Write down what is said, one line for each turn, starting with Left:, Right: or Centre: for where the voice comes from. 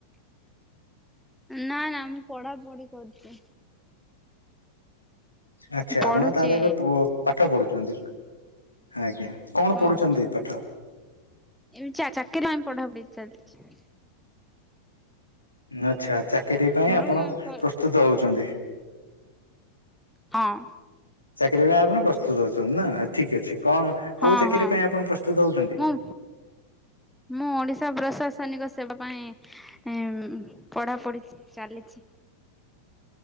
Centre: ନା ନା ମୁଁ ପଢ଼ା ପଢ଼ି କରୁଚି।
Left: ଆଚ୍ଛା
Centre: ପଢୁଛି
Left: ଆପଣ ତାହେଲେ ଏବେ ପ ପାଠ ପଢୁଛନ୍ତି ଆଜ୍ଞା। କଣ ପଢୁଛନ୍ତି
Centre: ଓ ହୋ
Left: ପାଠ?
Centre: ଏ ଚା ଚାକିରି <unintelligible> ପଢା ପଢି ଚାଲିଛି।
Left: ଆଚ୍ଛା ଚାକିରୀ ପାଇଁ
Centre: ମୋର
Left: ଆପଣ
Centre: ସରୁ
Left: ପ୍ରସ୍ତୁତ ହଉଚନ୍ତି।
Centre: ହଁ
Left: ଚାକିରୀ ପାଇଁ ଆପଣ ପ୍ରସ୍ତୁତ ଅଛନ୍ତି ନା ଠିକ୍ ଅଛି। କଣ
Centre: ହଁ
Left: କୋଉ ଚାକିରି
Centre: ହଁ
Left: ପାଇଁ ଆପଣ ପ୍ରସ୍ତୁତ ହଉଚନ୍ତି?
Centre: ମୁଁ ମୁଁ ଓଡି଼ଶା ପ୍ରଶାସନିକ ସେବା ପାଇଁ ପଢ଼ା ପଢ଼ି ଚାଲିଚି।